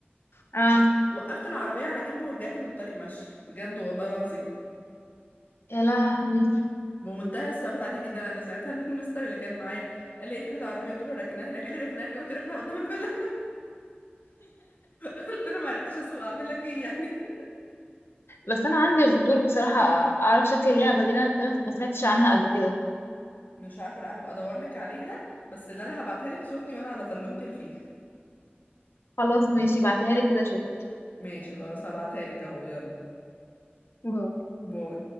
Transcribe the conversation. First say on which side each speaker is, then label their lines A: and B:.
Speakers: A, on the left; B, on the left.
A: اه
B: وقفت العربيه على جنب ورجعت من الطريق ماشي بجد والله العظيم
A: يا لهوي
B: بمنتهى الثبات عادي جدا انا ساعتها <laughs> المستر اللي كان معايا قال لي "إيه، فين العربيه قلت له ركناها هناك قال لي ركناها فين قلت له ركناها قدام الفيلا <laughs> قلت له ما عرفتش اسوق اعمل لك ايه يعني
A: بس انا عندي فضول بصراحة اعرف شكل اللعبة دي انا ما سمعتش عنها قبل كده
B: مش عارفه لا هبقى ادور لك عليها بس اللي انا هبعتها لك صورتي وانا على سلمت الفيل
A: خلاص ماشي بعتيها لي كده اشوف
B: ماشي خلاص هبعتها لك اهو يلا
A: باي
B: باي